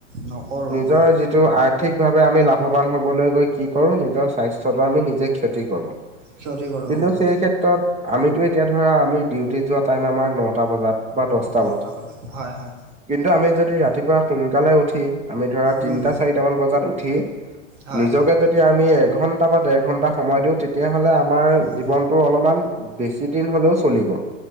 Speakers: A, on the right (about 80°); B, on the right (about 15°).
A: নকৰোঁ
B: নিজৰ
A: অ',
B: যি আৰ্থিকভাৱে আমি লাভবান হবলৈ গৈ কি কৰো নিজৰ স্বাস্থ্যটো আমি নিজে ক্ষতি কৰো
A: ক্ষতি কৰোঁ
B: কিন্তু
A: হয়,
B: সেই ক্ষেত্ৰত আমিতো, এতিয়া ধৰা আমি ডিউটি যোৱা টাইম আমাৰ নটা বজাত বা দহ
A: নটা বজাত, হয় হয়
B: কিন্তু আমি যদি ৰাতিপুৱা সোনকালে উঠি আমি ধৰা তিনটা
A: উম,
B: চাৰিটা মান বজাত উঠি
A: হয়,
B: নিজকে যদি আমি এঘন্টা বা দেৰ ঘন্টা সময় দিও তেতিয়াহলে আমাৰ
A: উম,
B: জীৱনতটো অলপমান বেছি দিন হলেও চলিব